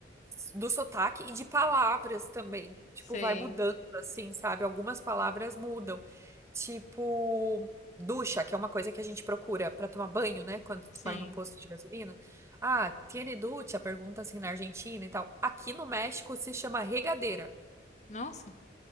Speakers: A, on the right; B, on the left.
A: do sotaque e de palavras também. Tipo,
B: Sei.
A: vai mudando, assim, sabe? Algumas palavras mudam. Tipo, ducha, que é uma coisa que a gente procura pra tomar banho, né? Quando tu
B: Sim.
A: vai num posto de gasolina. Ah, tiene ducha? Pergunta assim na Argentina e tal. Aqui no México se chama regadeira.
B: Nossa.